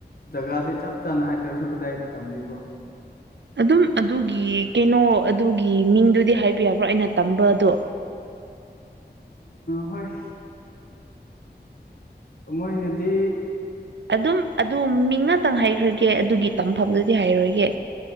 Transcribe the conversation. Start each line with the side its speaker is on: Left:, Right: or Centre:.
Left: ꯖꯒꯥꯗꯤ ꯆꯞ ꯆꯥꯅ ꯍꯥꯏꯗ꯭ꯔꯁꯨ ꯀꯗꯥꯏꯗ ꯇꯝꯂꯤꯕ ꯑꯣ
Right: ꯑꯗꯨꯝ ꯑꯗꯨꯒꯤ ꯀꯩꯅꯣ ꯑꯗꯨꯒꯤ ꯃꯤꯡꯗꯨ ꯗꯤ ꯍꯥꯏꯕ ꯌꯥꯕ꯭ꯔꯣ ꯑꯩꯅ ꯇꯝꯕꯗꯣ
Left: ꯍꯣꯏ ꯃꯣꯏꯅꯗꯤ
Right: ꯑꯗꯨꯝ ꯑꯗꯨ ꯃꯤꯡ ꯉꯥꯛꯇꯪ ꯍꯥꯏꯈ꯭ꯔꯒꯦ ꯑꯗꯨꯒꯤ ꯇꯝꯐꯝꯗꯨꯗꯤ ꯍꯥꯏꯔꯣꯏꯒꯦ